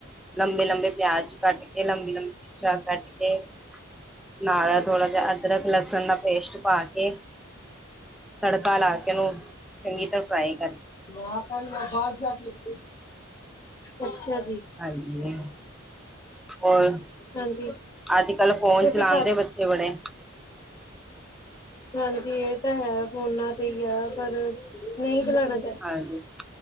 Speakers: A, in the centre; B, on the left.
A: ਲੰਬੇ-ਲੰਬੇ ਪਿਆਜ ਕੱਟ ਕੇ ਲੰਬੀ-ਲੰਬੀ ਮਿਰਚਾਂ ਕੱਟ ਕੇ ਨਾਲ ਐ ਥੋੜਾ ਜਿਆ ਅਦਰਕ ਲਸਨ ਦਾ ਪੇਸ਼ਟ ਪਾ ਕੇ, ਤੜਕਾ ਲਾ ਕੇ ਓਨੂੰ ਚੰਗੀ ਤਰਾਂ ਫਰਾਈ ਕਰ
B: ਓਨੂੰ ਆ ਕਰ ਲੈ ਬਾਰ ਜਾ ਕੇ, <unintelligible> ਅੱਛਾ ਜੀ।
A: ਆ ਜਿਵੇਂ, ਔਰ
B: ਹਾਂਜੀ
A: ਅੱਜ-ਕੱਲ ਫੋਨ
B: ਤੁਸੀਂ
A: ਚਲਾਂਦੇ
B: ਖਾ
A: ਬੱ ਚੇ ਵੜੇ
B: ਹਾਂਜੀ, ਏ ਤਾਂ ਹੈ ਫੋਨਾਂ ਤੇ ਈ ਐ ਪਰ ਨਈ ਚਲਾਨਾ
A: ਹਾਂਜੀ,